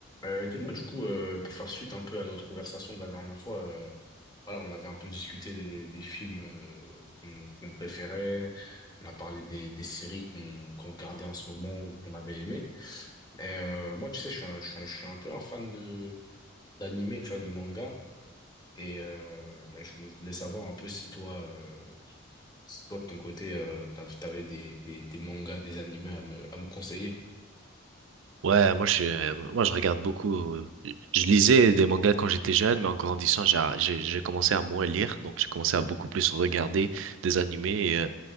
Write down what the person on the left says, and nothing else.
Euh, dis-moi, du coup, euh, pour faire suite un peu à notre conversation de la dernière fois, euh, voilà, on avait un peu discuté des, des films euh, qu'on qu'on préférait, on a parlé des, des séries qu'on qu'on regardait en ce moment ou qu'on avait aimé. Et euh, moi, tu sais, je suis un, je suis un, je suis un peu un fan de d'animé, tu vois, de manga. Et euh, bah, je voulais je voulais savoir un peu si toi, euh, si toi de ton côté, euh, t'av- t'avais des, des, des mangas, des animés à me, à me conseiller.